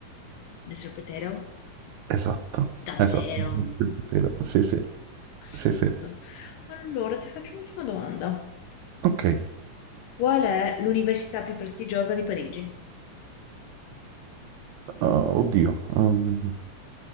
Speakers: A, on the left; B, on the right.
A: Mr. Potato?
B: esatto,
A: Davvero?
B: esatto. Mr. Potato. Sì, sì,
A: Assurdo.
B: sì, sì.
A: Allora, ti faccio un'ultima domanda.
B: Ok,
A: Qual è l'università più prestigiosa di Parigi?
B: Uh, oddio. um,